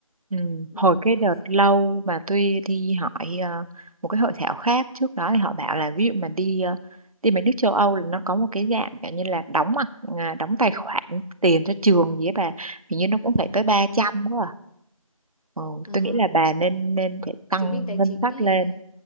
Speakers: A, on the right; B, on the left.
A: Ừ.
B: bao
A: Hồi
B: gồm
A: cái
B: học
A: đợt
B: phí
A: lâu mà tôi đi hỏi ờ, một cái hội thảo khác trước đó thì họ bảo là ví dụ mà đi ờ, đi mấy nước châu Âu là nó có một cái dạng kiểu như là đóng mặt à, đóng tài khoản tiền cho trường gì ấy bà hình như nó cũng phải tới ba
B: ừ.
A: trăm quá à. Ừ,
B: à,
A: tôi nghĩ là bà nên nên phải tăng
B: chứng minh tài
A: ngân
B: chính
A: sách
B: ấy
A: lên
B: à